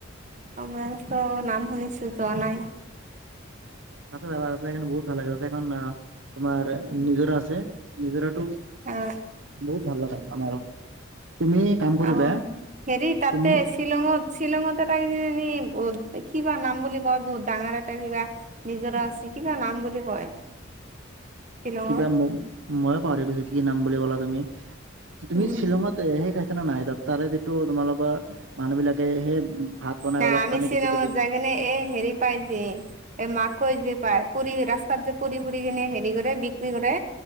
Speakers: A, on the right; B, on the right.
A: উমৰাংছু নাম শুনিছো যোৱা নাই।
B: তাতে যাবা তাতে কিন্তু বহুত ভাল লাগে তাতে এখন অ তোমাৰ নিজৰা আছে নিজৰাতো
A: অ
B: বহুত ভাল লগা আমাৰো তুমি কাম কৰিবা
A: অ হেৰি তাতে
B: তুমি
A: শ্বিলঙত শ্বিলঙতে তাই কিজানি বহুত কিবা নাম বুলি কয় বহুত ডাঙৰ এটা কিবা নিজৰা আছে কিবা নাম বুলি কয়।
B: <inaudible>
A: শ্বিলঙৰ
B: কিবা ম ময়ে পাহৰি গৈছো কি নাম বুলি ক'লা তুমি, তুমি
A: উম
B: শ্বিলঙত সেই খাইছা না নাই তাত তাৰে যিটো তোমালোকৰ মানুহবিলাকে সেই ভাত বনাই
A: না
B: অলপ
A: আমি
B: পানী
A: শ্বিলঙত
B: বেছিকে দি
A: যাই সেইকাৰণে এ হেৰি পাই যে এ মাখৈ যে পায় পুৰি ৰাস্তাত যে পুৰি পুৰি কেনে হে ৰি কৰে বিক্ৰী কৰে